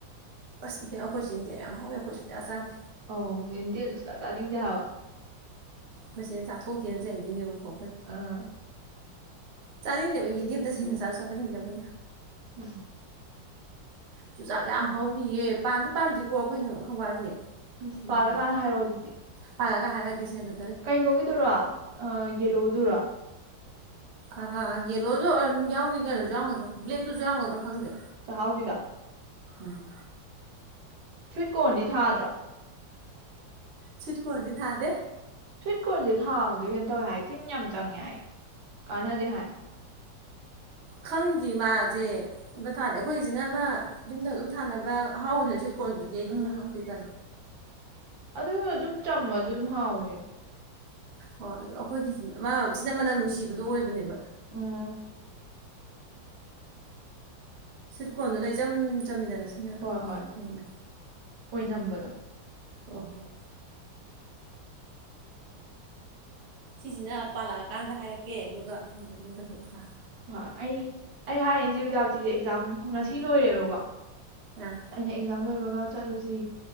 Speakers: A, on the right; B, on the right.
A: ꯑꯁ ꯑꯈꯣꯏꯁꯨ ꯌꯦꯟꯗꯦꯝ ꯌꯥꯝ ꯍꯧꯋꯦ ꯑꯈꯣꯏ ꯁꯨꯡꯆꯥ ꯆꯥꯗꯦ
B: ꯑꯣ ꯌꯦꯟꯗꯦꯝ ꯁꯨꯡꯆꯥ ꯆꯥꯅꯤꯡꯗꯦ ꯍꯥꯏꯕ
A: ꯑꯈꯣꯏꯆꯦꯅ ꯆꯥꯊꯣꯛꯇꯦꯅ ꯆꯩꯗꯣꯏꯅꯦꯕꯀꯣ
B: ꯑꯥ
A: ꯆꯥꯅꯤꯡꯗꯦꯕ <unintelligible> ꯇꯁꯦꯡꯅ ꯆꯥꯁꯨ ꯆꯥꯖꯅꯤꯡꯗꯕ
B: ꯎꯝ
A: ꯆꯨꯖꯥꯛ ꯌꯥꯝ ꯍꯧꯔꯤꯌꯦ ꯄꯥꯟꯗꯤ ꯄꯥꯟꯗ꯭ꯔꯤꯀꯣ ꯑꯩꯈꯣꯏꯅ ꯑꯃꯨꯛ ꯈ ꯋꯥꯠꯂꯤ
B: ꯎꯝ
A: ꯊꯦꯡꯕꯅꯦ
B: ꯄꯥꯜꯂꯀꯥꯟꯗ ꯍꯥꯏꯔꯛꯑꯣ ꯑꯗꯨꯗꯤ
A: ꯄꯥꯜꯂꯒ ꯍꯔꯀꯦꯁꯦ ꯑꯗꯨ
B: ꯀꯩꯅꯣꯒꯤꯗꯨꯔꯣ ꯑ ꯌꯦꯂꯣꯗꯨꯔꯣ
A: ꯑ ꯌꯦꯂꯣꯗꯣ ꯌꯥꯎꯅꯤ ꯀꯩꯅꯣ ꯌꯥꯝꯒꯗ꯭ꯔꯣ ꯕ꯭ꯂꯦꯛꯇꯨꯁꯨ ꯌꯥꯝꯒꯗ꯭ꯔ ꯈꯪꯗꯦ
B: ꯆꯍꯥꯎꯒꯤꯗꯣ
A: ꯎꯝ
B: ꯁ꯭ꯋꯤꯠ ꯀꯣꯔꯟꯗꯤ ꯊꯥꯗ꯭ꯔꯣ
A: ꯁ꯭ꯋꯤꯠ ꯀꯣꯔꯟꯗꯤ ꯊꯥꯗꯦ
B: ꯁ꯭ꯋꯤꯠ ꯀꯣꯔꯟꯁꯦ ꯊꯥꯕꯁꯦ ꯀꯩꯅꯣ ꯇꯧꯋꯦ ꯍꯥꯏ ꯇꯤꯟ ꯌꯥꯝ ꯆꯪꯉꯦ ꯍꯥꯏ ꯀꯥꯟꯅꯗꯦ ꯍꯥꯏ
A: ꯈꯪꯗꯦ ꯃꯥꯁꯦ ꯑꯝꯇ ꯊꯥꯗꯦ ꯑꯩꯈꯣꯏꯒꯤꯁꯤꯅ ꯑꯃ ꯌꯨꯝꯗ ꯑꯗꯨꯝ ꯊꯥꯅꯕ ꯑꯍꯥꯎꯗꯅꯦ ꯀꯣꯔꯟꯗꯨꯗꯤ ꯑꯩꯗꯤ
B: ꯎꯝ
A: ꯍꯥꯎꯇꯦ ꯇꯜꯂꯤ
B: ꯑꯗꯨ ꯑꯗꯨꯝ ꯆꯝꯃꯁꯨ ꯑꯗꯨꯝ ꯍꯥꯎꯕꯅꯤꯗ
A: ꯍꯣꯏ ꯑꯗꯣ ꯑꯩꯈꯣꯏꯒꯤꯁꯤ ꯑꯃ ꯁꯤꯅ ꯃꯅꯝ ꯅꯨꯡꯁꯤꯕꯗꯣ ꯑꯣꯏꯕꯅꯦꯕ
B: ꯑꯣ
A: ꯁ꯭ꯋꯤꯠ ꯀꯣꯔꯟꯗꯨꯅ ꯏꯆꯝ ꯆꯝꯃꯤꯗꯅ ꯁꯤꯡꯅ
B: ꯍꯣꯏ
A: ꯍꯥꯎꯕ
B: ꯍꯣꯏ
A: ꯍꯦꯟꯕꯅꯦ
B: ꯑꯣꯏꯅꯝꯕꯗꯣ
A: ꯍꯣꯏ ꯍꯣꯏ ꯁꯤꯁꯤꯅ ꯄꯥꯜꯂꯛꯑ ꯀꯥꯟꯗ ꯍꯥꯏꯔꯛꯀꯦ ꯑꯗꯨꯒ ꯍꯦꯛꯑ ꯆꯥꯖꯤ
B: ꯍꯣꯏ ꯑꯩ ꯑꯩ ꯍꯥꯏꯔꯤꯁꯦ ꯏꯆꯦ ꯕꯤꯗꯌꯥꯄꯇꯤꯖꯦ ꯑꯦꯛꯖꯥꯝ ꯉꯁꯤ ꯂꯣꯏꯔꯦꯕꯀꯣ
A: ꯑꯥ
B: ꯑꯩꯅ ꯑꯦꯛꯖꯥꯝ ꯂꯣꯏꯕꯒ ꯆꯠꯂꯨꯁꯤ